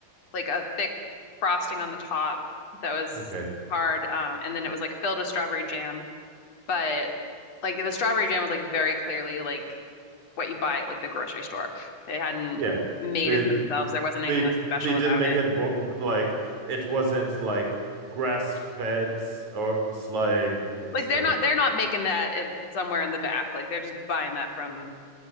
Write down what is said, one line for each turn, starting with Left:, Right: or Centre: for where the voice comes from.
Left: like a thick frosting on the top that was
Right: Okay.
Left: hard, um, and then it was like filled with strawberry jam But like the strawberry jam was like very clearly like what you buy at like the grocery store. They hadn't
Right: Yeah.
Left: made
Right: They
Left: it themselves. There wasn't anything
Right: they
Left: like special
Right: they didn't
Left: about
Right: make
Left: it.
Right: it bo like it wasn't like grass fed or it's like what's
Left: Like
Right: that
Left: they're not
Right: wouldn't
Left: they're
Right: make
Left: not
Right: it.
Left: making that at, somewhere in the back. Like they're just buying that from